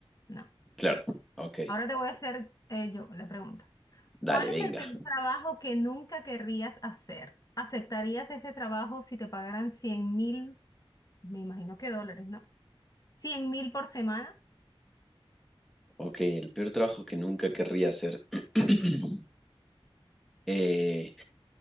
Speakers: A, on the left; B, in the centre.
A: no.
B: claro, ok,
A: Ahora te voy a hacer eh, yo la pregunta.
B: dale,
A: ¿Cuál es
B: venga.
A: el peor trabajo que nunca querrías hacer? ¿Aceptarías ese trabajo si te pagaran cien mil, me imagino que dólares, ¿no? Cien mil por semana?
B: Ok, el peor trabajo que nunca querría hacer. <clears throat> Eh,